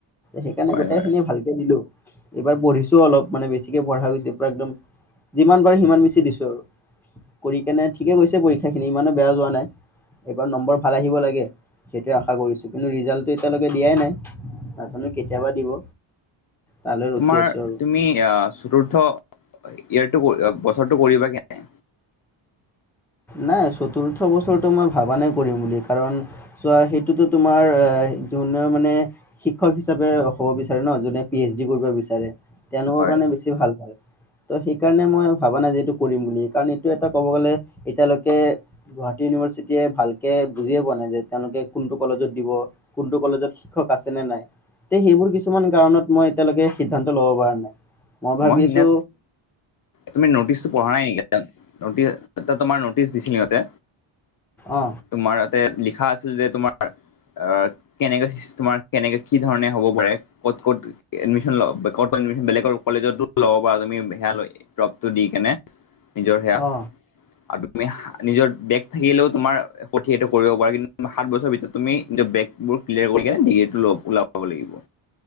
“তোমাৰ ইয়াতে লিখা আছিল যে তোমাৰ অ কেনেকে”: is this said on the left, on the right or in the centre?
Left